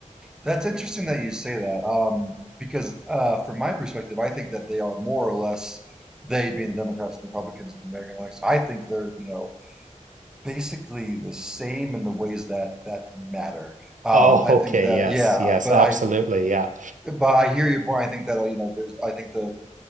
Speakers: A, in the centre; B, on the right.
A: That's interesting that you say that, um, because uh, from my perspective, I think that they are more or less they being the Democrats and the Republicans and the American election. I think they're you know basically the same in the ways that that matter. Um,
B: Oh,
A: I
B: <laughs>
A: think
B: okay.
A: that
B: Yes,
A: yeah,
B: yes,
A: but
B: absolutely.
A: I
B: Yeah.
A: but I hear your point. I think that you know there's I think the